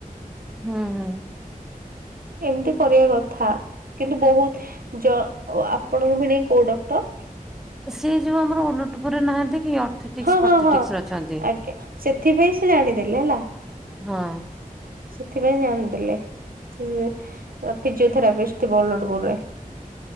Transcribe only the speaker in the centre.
ହୁଁ ହୁଁ।
ସେ ଯୋଉ ଆମର ଓଲଟପୁରରେ ନାହାନ୍ତି କି ଅର୍ଥିଟିକସ
ଫର୍ତେଟିକ୍ସ
ଅଛନ୍ତି।
ହଁ।